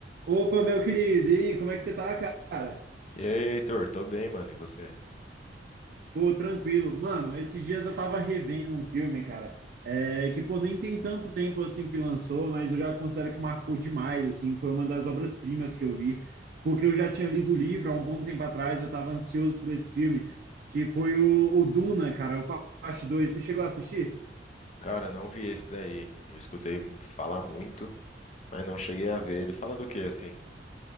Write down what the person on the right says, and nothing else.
Opa, meu querido, e aí, como é que você tá, cara?
Pô, tranquilo. Mano, esses dias eu tava revendo um filme, cara, é, que, pô, nem tem tanto tempo, assim, que lançou, mas eu já considero que marcou demais, assim, foi uma das obras-primas que eu vi, porque eu já tinha lido o livro há um bom tempo atrás, eu tava ansioso por esse filme, que foi o, o Duna, cara, o Parte 2. Você chegou a assistir?